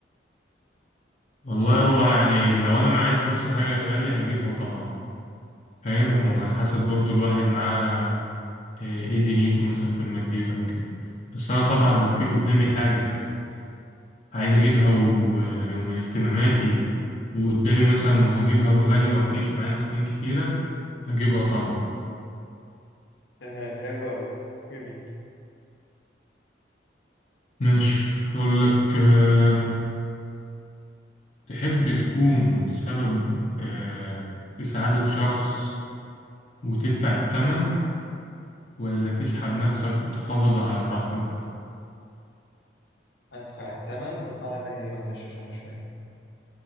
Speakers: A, on the left; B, on the left.
A: والله هو يعني لو انا معايا فلوس الحاجة غالية هجيبها طبعا فاهم
B: طيب
A: وعلى حسب برضو الواحد معاه آه، ايه دنيته مثلا في الماديات او كده بس انا طبعا لو في قدامي حاجة عايز اجيبها ويعني ومن اهتماماتي وقدامي مثلا وهجيبها وغالية وهتعيش معايا سنين كتيرة هجيبها طبعا
B: تمام حلو أوي جميل
A: ماشي اقول لك آه، تحب تكون سبب آه، في سعادة شخص وتدفع التمن ولا تسحب نفسك وتحافظ على راحتك
B: أدفع التمن بمعنى إيه معلش عشان مش فاهم